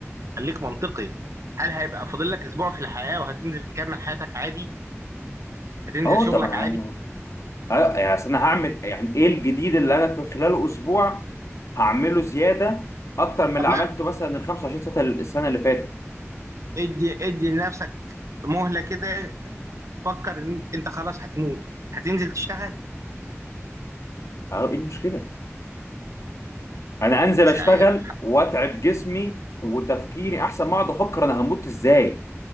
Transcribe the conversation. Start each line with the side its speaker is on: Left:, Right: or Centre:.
Right: خليك منطقي هل هيبقى فاضل لك اسبوع في الحياه وهتنزل تكمل حياتك عادي هتنزل
Left: آه،
Right: شغلك
Left: طب انا
Right: عادي
Left: آه، آه، يعني أصل انا هعمل يعني ايه الجديد اللي انا في خلال اسبوع هعمله زياده اكتر من اللي
Right: طب
Left: عملته
Right: لا
Left: مثلا ال 25 سنه السنه اللي فاتت
Right: ادي ادي لنفسك مهلة كده فكر ان انت أنت خلاص هتموت هتنزل تشتغل
Left: اه ايه المشكله انا انزل
Right: مش
Left: اشتغل
Right: عارف
Left: واتعب جسمي وتفكيري احسن ما اقعد افكر انا هموت ازاي